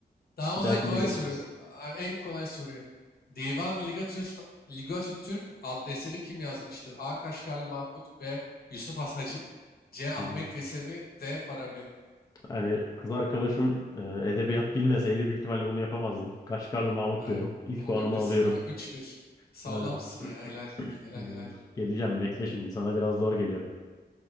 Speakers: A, on the left; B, on the left.
A: Tamam
B: Bir
A: o zaman
B: dahakinde
A: kolay
B: görüşeceğiz.
A: soruyorum. Aa, En kolay soruyu. Divan Ligatür Ligatü Türk adlı eseri kim yazmıştır? A. Kaşgarlı Mahmut B. Yusuf Has Hacip C. Ahmet
B: Hı hı.
A: Yesevi D. Farabi
B: Hani kız arkadaşım e, edebiyat bilmeseydi büyük ihtimalle bunu yapamazdım. Kaşgarlı Mahmut
A: Hayır,
B: diyorum. İlk
A: bunu
B: puanımı
A: da bilirsin.
B: alıyorum.
A: Hayır, 3-1. Sağlamsın
B: Evet.
A: ya. Helal.
B: <clears throat>
A: Helal
B: Dur,
A: helal.
B: Geleceğim bekle şimdi. Sana biraz zor geliyorum.